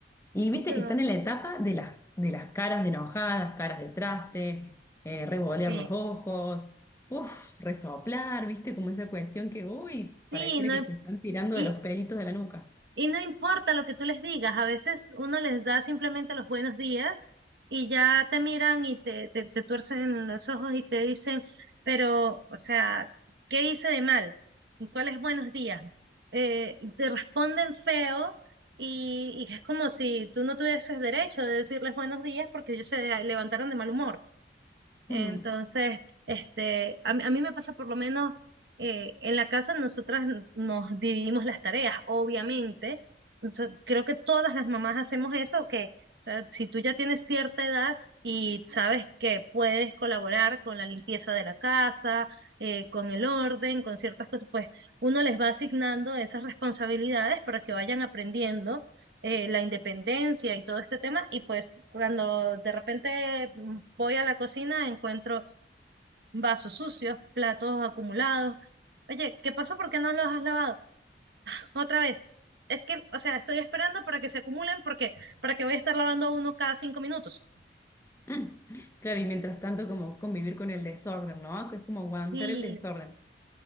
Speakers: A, on the left; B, on the right.
A: y viste
B: yo-
A: que están en la etapa de las, de las caras de enojadas, caras de traste, eh, revolear
B: sí.
A: los ojos, uff, resoplar, viste, como esa cuestión que, uy, pareciera
B: Sí, no,
A: que te están tirando
B: y,
A: de los pelitos de la nuca.
B: Y no importa lo que tú les digas, a veces uno les da simplemente los buenos días y ya te miran y te, te, te tuercen los ojos y te dicen, pero, o sea, ¿qué hice de mal? ¿Cuáles buenos días? Eh, te responden feo y, y es como si tú no tuvieses derecho de decirles buenos días porque ellos se levantaron de mal humor. Entonces,
A: Mm,
B: este, a, mí a mí me pasa por lo menos eh, en la casa, nosotras n- nos dividimos las tareas, obviamente. O sea, creo que todas las mamás hacemos eso, que o sea, si tú ya tienes cierta edad y sabes que puedes colaborar con la limpieza de la casa, eh, con el orden, con ciertas cosas, pues uno les va asignando esas responsabilidades para que vayan aprendiendo eh, la independencia y todo este tema. Y pues cuando de repente Voy a la cocina, encuentro vasos sucios, platos acumulados. Oye, ¿qué pasó? ¿Por qué no los has lavado? Otra vez. Es que, o sea, estoy esperando para que se acumulen porque para que voy a estar lavando uno cada cinco minutos.
A: <laughs> mm. Claro, y mientras tanto como convivir con el desorden, ¿no? Que es como aguantar
B: Sí,
A: el desorden.